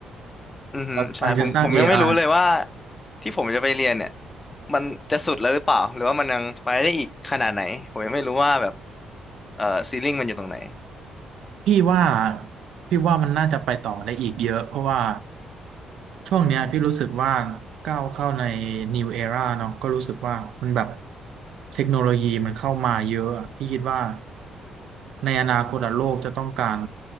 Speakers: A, on the left (about 25°); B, on the right (about 75°).
A: อือฮึใช่ผมผมยังไม่รู้เลยว่า
B: เรากำลังจะสร้างเอไอ
A: ที่ผมจะไปเรียนเนี่ยมันจะสุดแล้วหรือเปล่าหรือว่ามันยังไปได้อีกขนาดไหนผมยังไม่รู้ว่าแบบเอ่อซีลิ่งมันอยู่ตรงไหน
B: พี่ว่าพี่ว่ามันน่าจะไปต่อได้อีกเยอะเพราะว่าช่วงเนี้ยพี่รู้สึกว่าก้าวเข้าใน new era เนาะก็รู้สึกว่ามันแบบเทคโนโลยีมันเข้ามาเยอะอะพี่คิดว่าในอนาคตอะโลกจะต้องการ